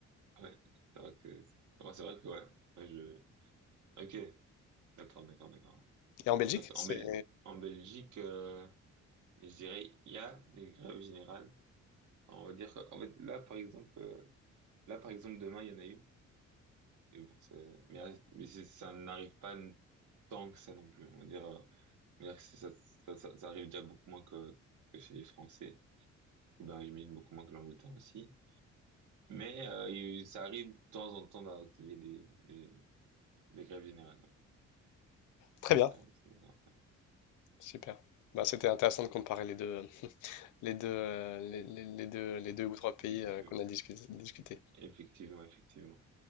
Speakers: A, on the right (about 75°); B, on the left (about 80°).
A: ouais, c'est vrai que, ouais, c'est vrai que, ouais, Ouais, je, ok, d'accord, d'accord, d'accord.
B: Et en Belgique,
A: Fait qu'en
B: c'est
A: Bel- en Belgique, euh, Et je dirais, il y a des grèves générales. On va dire que, en fait, là, par exemple, euh, là, par exemple, demain, il y en a eu. Et bon, c'est- mais, euh, mais c'est- ça n'arrive pas n- tant que ça non plus. On va dire, euh, on va dire que c'est- ça, ça, ça, ça arrive déjà beaucoup moins que, que chez les Français. Et ben, j'imagine beaucoup moins que l'Angleterre aussi. Mais euh, il- ça arrive de temps en temps dans- qu'il y ait des, des, des grèves générales.
B: très
A: Ouais.
B: bien.
A: Ouais, il arrive de temps en temps.
B: Super. Bah, c'était intéressant de comparer les deux, <laughs> les deux, euh, les, les- les deux, les deux ou trois pays
A: Effectivement,
B: euh, qu'on a discuté, discuté.
A: effectivement, effectivement.